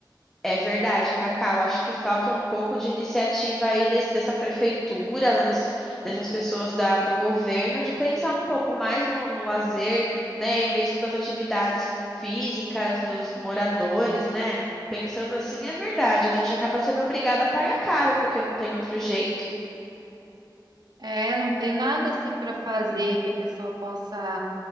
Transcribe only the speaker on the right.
É, não tem nada assim para fazer que a pessoa possa